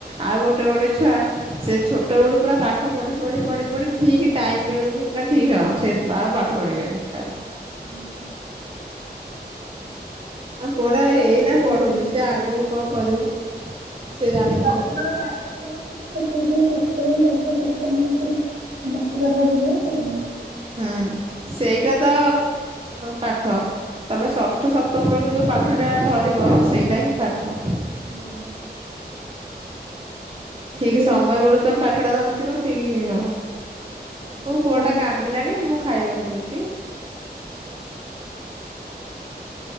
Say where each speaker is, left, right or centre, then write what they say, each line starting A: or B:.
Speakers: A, on the right; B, on the right.
A: ଆଉ ଗୋଟେ ଗୋଟେ ଛୁଆ ସେ ଛୋଟ ବେଳୁ ପୁରା ପାଠ ପଢି ପଢି ପଢି ପଢି ଠିକ ଟାଇମ୍ ବେଳକୁ, ନା ଠିକ ହଁ ସେ ଆଉ ପା ଠ ପଢିବେନି, <unintelligible>
B: ହୁଁ।
A: ଆମ ପୁଅଟା ଏ ଏଇନା
B: ପାଠ
A: ପଢୁଚି,
B: ହଉନି
A: ସେ ଆଗକୁ କଣ କରିବ। ସେ ଜାଣିଥିବ
B: ଯଦି ତାଙ୍କର
A: ଆଉ କଣ।
B: ପାଠ ହଉ <inaudible> ଯେତେବେଳେ ଷଷ୍ଠ ସପ୍ତମ ଭିତରେ ପାଠ ଟା ଧରିଯିବ ନା <unintelligible>
A: ହଁ ସେଇଟା ତ ପାଠ ତମେ ଷଷ୍ଠ ସପ୍ତମ ବେଳୁ ଯୋଉ ପାଠ ଟା ଧରିବ ସେଇଟା ହିଁ ପାଠ।
B: ହୁଁ।
A: ଠିକ
B: ହୁଁ।
A: ସମୟ ବେଳୁ ତମେ ପାଠଟା ଧରିଥିବ ଠିକ୍ ହବ।
B: ଦଶମ
A: ମୋ ପୁଅଟା କାନ୍ଦିଲାଣି ମୁଁ ଖାଇବାକୁ ଦଉଛି।
B: ହୁଁ ହୁଁ